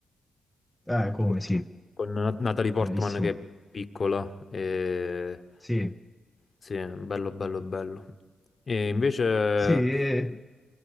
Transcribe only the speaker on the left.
con,
con Natalie Portman
che è piccola. E...
Sì, bello, bello, bello. E invece,